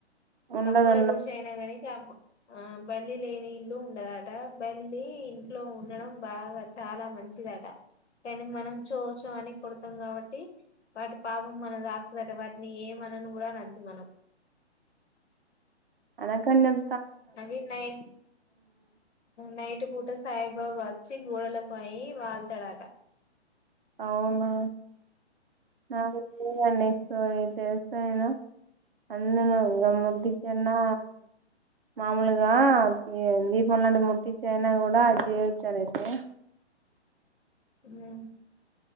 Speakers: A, on the right; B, on the left.
A: ఉండదు
B: కమ్మల గుడిసైయినా గానీ కమ్ము ఆ బల్లి లేని ఇల్లు ఉండదట బల్లి ఇంట్లో ఉండడం బాగా చాలా మంచిదట కానీ మనం చోచో అని కొడతాం కాబట్టి వాటి పాపం మనం దాకుదట వాటిని ఏమనను గూడా అనద్దు మనం
A: అనకన్నం
B: అవి నై నైట్ టు పూట సాయిబాబ వచ్చి గోడలపై వాళ్తాడట
A: అవునా నాకైతే <unintelligible> అండి సో ఇది చేస్తా నేను అందును ఇంకా ముట్టిచ్చన్నా మామూలుగా దీపం లాంటి ముట్టిచ్చయినా అయినా గూడా అది చేయొచ్చు అనేసి
B: హ్మ్